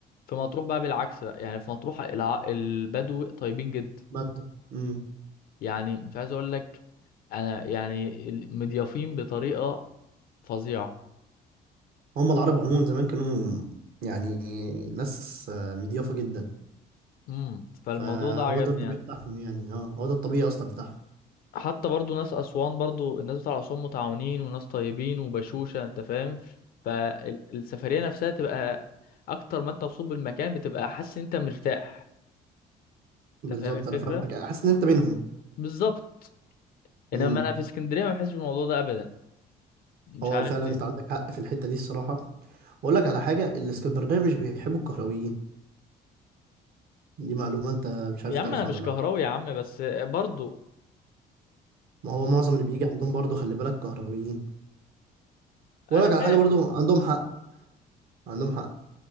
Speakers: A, on the left (about 60°); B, on the right (about 65°).
A: في مطروح بقى بالعكس بقى يعني في مطروح الع- البدو طيبين جدا
B: بعد- مم.
A: يعني مش عايز اقول لك انا يعني ال- مضيافين بطريقه فظيعه
B: هم العرب عموما زمان كانوا يعني ناس آه، مضيافه جدا
A: امم فالموضوع
B: فهو
A: ده عجبني
B: ده الطبيعي
A: يعني
B: بتاعهم يعني اه هو ده الطبيعي اصلا بتاعهم
A: حتى برضو ناس اسوان برضو الناس بتاع اسوان متعاونين وناس طيبين وبشوشه انت فاهم فالسفريه نفسها تبقى اكتر ما انت مبسوط بالمكان بتبقى حاسس ان انت مرتاح انت
B: بالظبط
A: فاهم الفكره
B: انا فاهمك حاسس ان انت بينهم
A: بالظبط
B: امم
A: انما انا في اسكندريه ما بحسش بالموضوع ده ابدا مش
B: هو
A: عارف
B: فعلا
A: ليه
B: انت عندك حق في الحته دي الصراحه واقول لك على حاجه الاسكندرانيه مش بيحبوا الكهرويين دي معلومه انت مش عارف
A: يا
B: تعرفها
A: عم انا مش
B: ولا لا
A: كهراوي يا عم بس برضو
B: ما هو معظم اللي بيجي عندهم برضو خلي بالك كهرويين واقول
A: انا
B: لك
A: فاهم
B: على حاجه برضو عندهم حق عندهم حق